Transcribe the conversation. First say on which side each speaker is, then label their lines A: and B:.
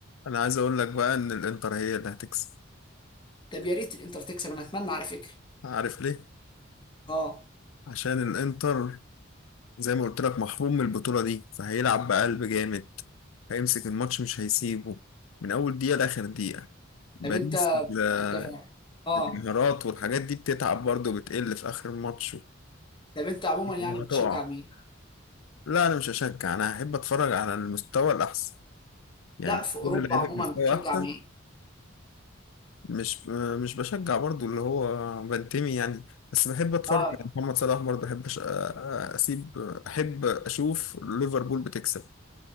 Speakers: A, on the left; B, on the left.
A: أنا عايز أقول لك بقى إن الإنتر هي اللي هتكسب
B: طب يا ريت الانتر تكسب انا اتمنى على فكره
A: عارف ليه؟
B: اه
A: عشان الإنتر زي ما قلت لك محروم من البطولة دي فهيلعب بقلب جامد هيمسك الماتش مش هيسيبه من أول دقيقة لآخر دقيقة باريس
B: طب انت
A: ال-
B: انت فاهم اه
A: الانهيارات والحاجات دي بتتعب برضه وبتقل في آخر الماتش
B: طب انت عموما يعني
A: وهتقع
B: بتشجع مين؟
A: لا أنا مش هشجع أنا هحب أتفرج على المستوى الأحسن يعني
B: لا في اوروبا
A: كل لعيب
B: عموما
A: المستوى
B: بتشجع
A: أحسن
B: مين؟
A: مش مش بشجع برضه اللي هو بنتمي يعني بس بحب أتفرج
B: اه
A: على محمد صلاح برضه أحب أش- أسيب أحب أشوف ليفربول بتكسب